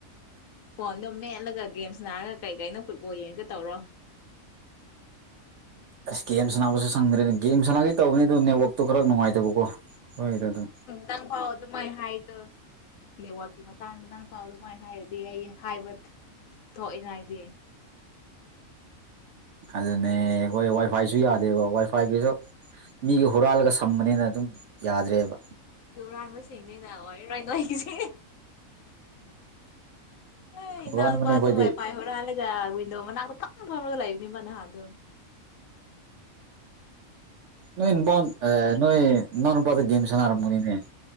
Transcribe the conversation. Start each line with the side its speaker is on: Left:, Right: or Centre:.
Left: ꯐꯣꯟꯗꯣ ꯃꯦꯠꯂꯒ ꯒꯦꯝꯁ ꯅꯥꯔꯒ ꯀꯔꯤ ꯀꯩꯅꯣ ꯐꯨꯠꯕꯣꯜ ꯌꯦꯡꯉꯒ ꯇꯧꯔꯣ
Right: ꯑꯁ ꯒꯦꯝ ꯁꯥꯟꯅꯕꯁꯨ ꯁꯪꯗ꯭ꯔꯦꯅ ꯒꯦꯝ ꯁꯥꯟꯒꯩ ꯇꯧꯕꯅꯦ ꯑꯗꯨ ꯅꯦꯠꯋꯥꯛꯇꯣ ꯈꯔ ꯅꯨꯡꯉꯥꯏꯇꯕꯀꯣ ꯑꯩꯈꯣꯏꯒꯤꯗꯣ ꯑꯗꯨꯝ
Left: ꯇꯪ ꯐꯥꯎ ꯑꯗꯨꯃꯥꯏꯅ ꯍꯥꯏꯗ ꯅꯦꯠꯋꯥꯛꯀꯤ ꯃꯇꯥꯡ ꯃꯇꯥꯡ ꯐꯥꯎꯕ ꯑꯗꯨꯃꯥꯏꯅ ꯍꯥꯏꯔꯗꯤ ꯑꯩ ꯍꯥꯏꯕ ꯊꯣꯛꯏꯉꯥꯏꯗꯤ
Right: ꯑꯗꯨꯅꯦ ꯑꯩꯈꯣꯏ ꯋꯥꯏ ꯐꯥꯏꯁꯨ ꯌꯥꯗꯦꯕ ꯋꯥꯏ ꯐꯥꯏꯒꯤꯁꯨ ꯃꯤꯒꯤ ꯍꯨꯔꯥꯜꯂꯒ ꯁꯝꯕꯅꯤꯅ ꯑꯗꯨꯝ ꯌꯥꯗ꯭ꯔꯦꯕ
Left: ꯏꯔꯥꯟꯕꯁꯅꯦꯅꯦ ꯍꯔꯥꯏꯒꯤꯁꯤꯅꯦ ꯑ ꯏ
Right: ꯍꯨꯔꯥꯟꯕꯅꯦ
Left: ꯅ ꯋꯥꯗ
Right: ꯑꯩꯈꯣꯏꯗꯤ
Left: ꯍ ꯄ ꯍꯨꯔꯜꯂꯒ ꯋꯤꯟꯗꯣ ꯃꯅꯥꯛꯇ ꯐꯝ ꯐꯝꯔꯒ ꯂꯩꯅꯤꯕ ꯅꯍꯥꯟꯗꯣ
Right: ꯅꯣꯏꯟ ꯕꯥꯎꯟ ꯑꯥ ꯅꯣꯏ ꯅꯅꯥꯎ ꯅꯨꯄꯥꯗꯨ ꯒꯦꯝ ꯁꯥꯅꯔꯝꯒꯅꯤꯅꯦ꯫